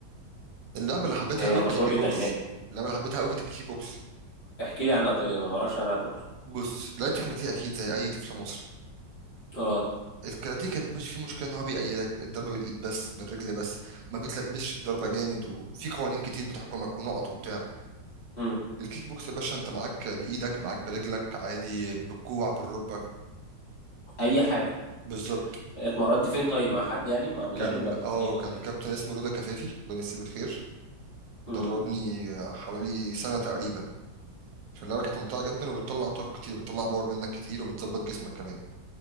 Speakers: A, on the right; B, on the left.
A: اللعبة اللي حبيتها
B: هي
A: قوي
B: مشهوره
A: كانت الكيك
B: جدا
A: بوكس
B: هناك
A: اللعبة اللي حبيتها قوي كانت الكيك بوكس
B: احكي لي عنها طيب انا ما اعرفش عنها برضو
A: بص لعبت كاراتيه أكيد زي أي طفل مصري
B: اه
A: الكاراتيه كان مش في مشكله ان هو بيأيدك الضربه بالايد بس بالرجل بس ما بتلبسش الضربه جامد وفي قوانين كتير بتحكمك ونقط وبتاع
B: امم
A: الكيك بوكس يا باشا انت معاك بايدك معاك برجلك عادي بالكوع بالركبه
B: اي حاجه
A: بالظبط
B: اتمرنت فين طيب مع حد يعني مع مدرب
A: كان
B: ولا
A: اه
B: في نادي
A: كان
B: ولا
A: كابتن اسمه رضا كفافي الله يمسيه بالخير
B: ايه
A: دربني حوالي سنه تقريبا في اللعبه كانت ممتعه جدا وبتطلع طاقه كتير بتطلع باور منك كتير وبتظبط جسمك كمان